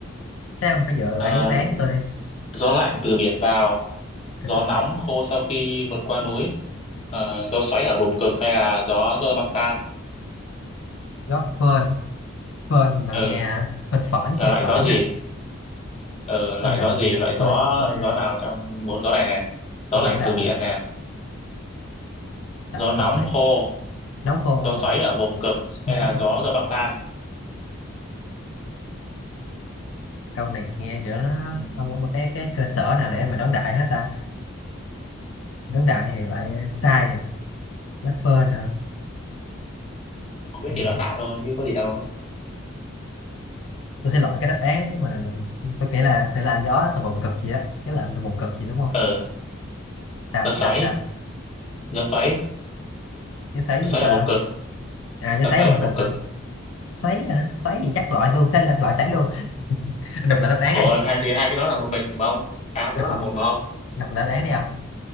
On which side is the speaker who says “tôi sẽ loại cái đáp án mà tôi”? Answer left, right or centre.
Left